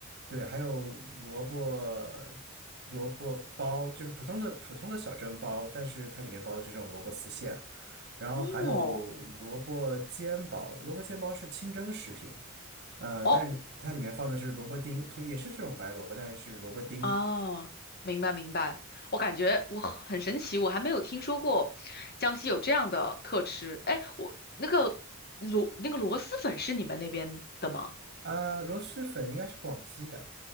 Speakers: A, on the right (about 50°); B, on the left (about 45°).
A: 对，还有萝卜萝卜包，就是普通的普通的小蒸包，但是它里面包的是这种萝卜丝馅，然后还有萝卜煎包，
B: 哦
A: 萝卜煎包是清蒸食品，嗯、呃但是它里面放的是萝卜丁，
B: 哦
A: 同也是这种白萝卜，但是是萝卜丁，
B: 哦，明白明白。我感觉我很很神奇，我还没有听说过江西有这样的特吃。哎，我那个螺那个螺蛳粉是你们那边的吗？
A: 啊、螺蛳粉应该是广西的。